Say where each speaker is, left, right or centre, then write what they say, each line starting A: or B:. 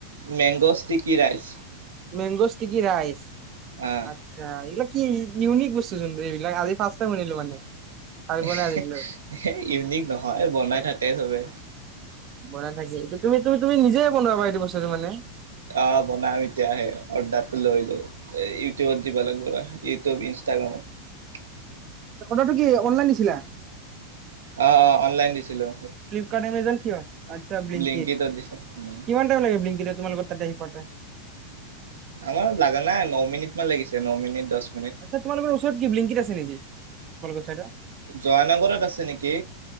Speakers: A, on the right; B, on the right.
A: Mangoes sticky rice.
B: Mangoes sticky rice.
A: আহ
B: আচ্ছা এই বিলাক কি ইউনিক বস্তু চোন। এইবিলাক আজি ফাৰ্ষ্ট টাইম শুনিলোঁ মানে। ভাবি পোৱা
A: এহ্‌হে
B: নাই আজিলৈ
A: হে, ইউনিক নহয়, বনাই থাকে চবে।
B: বনাই থাকে। এইটো তুমি তুমিটো, তুমি নিজে বনাবা এইটো বস্তুটো মানে
A: অ, বনাম এতিয়াহে অৰ্ডাৰটো লৈ লও এ ইউটিউবত দিব লাগব না, ইউটিউব, ইনষ্টাগ্ৰামত।
B: ত্ অৰ্ডাৰটো কি অনলাইন দিছিলা?
A: অ, অ অনলাইন দিছিলো।
B: ফ্লিপকাৰ্ট এমেজন কি হ'য়? আচ্ছা, ব্লেংকিট
A: ব্লিংকিটত দিছোঁ। উম,
B: কিমান টাইম লাগে ব্লেংকিটত তোমাৰ লগত তাতে কৰোতে
A: আমাৰ লাগা নাই। ন মিনিট মান লাগিছে, ন মিনিট, দশ
B: আচ্ছা, তোমালোকৰ ওচৰত কি ব্লিংকিত আছে নেকি? তোমালোকৰ চাইডত্‌
A: জয়ানগৰত আছে নেকি?